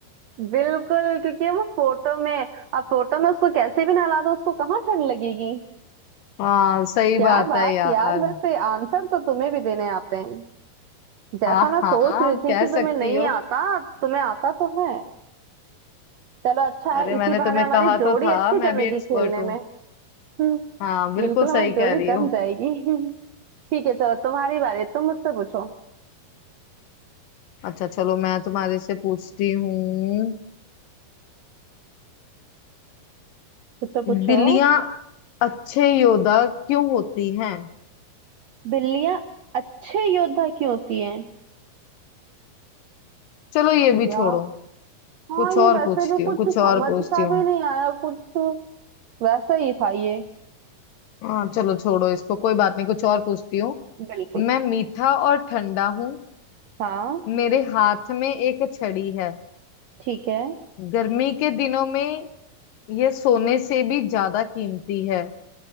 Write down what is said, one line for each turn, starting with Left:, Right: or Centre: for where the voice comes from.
Right: बिल्कुल क्योंकि वो फोटो में अब फोटो में उसको कैसे भी नहला दो उसको कहाँ ठंड लगेगी
Left: हाँ सही
Right: क्या
Left: बात
Right: बात
Left: है यार
Right: यार वैसे आंसर तो तुम्हें भी देने आते हैं जैसा
Left: हाँ
Right: मैं
Left: हाँ
Right: सोच रही थी
Left: कह
Right: कि
Left: सकती
Right: तुम्हें नहीं
Left: हो
Right: आता तुम्हें आता तो है चलो अच्छा है
Left: अरे मैंने
Right: इसी बहाने
Left: तुम्हें
Right: हमारी
Left: कहा
Right: जोड़ी
Left: तो था
Right: अच्छी
Left: मैं
Right: जमेगी
Left: भी एक्सपर्ट
Right: खेलने
Left: हूँ
Right: में हम्म
Left: हाँ बिल्कुल
Right: बिल्कुल
Left: सही
Right: हमारी जोड़ी
Left: कह रही
Right: जम
Left: हो
Right: जाएगी <laughs> ठीक है चलो तुम्हारी बारी तुम मुझसे पूछो
Left: अच्छा चलो मैं तुम्हारे से पूछती हूँ
Right: पूछो पूछो
Left: बिल्लियां अच्छे योद्धा क्यों होती हैं
Right: बिल्लियां अच्छे योद्धा क्यों होती हैं
Left: चलो ये भी
Right: या
Left: छोड़ो
Right: हाँ
Left: कुछ
Right: ये
Left: और
Right: वैसे
Left: पूछती
Right: भी
Left: हूँ
Right: कुछ
Left: कुछ
Right: समझ
Left: और पूछती
Right: सा
Left: हूँ
Right: भी नहीं आया कुछ वैसा ही था ये
Left: हाँ चलो छोड़ो इसको कोई बात नहीं कुछ और पूछती हूँ
Right: बिल्कुल
Left: मैं मीठा और ठंडा हूँ
Right: हाँ
Left: मेरे हाथ में एक छड़ी है
Right: ठीक है
Left: गर्मी के दिनों में यह सोने से भी ज्यादा कीमती है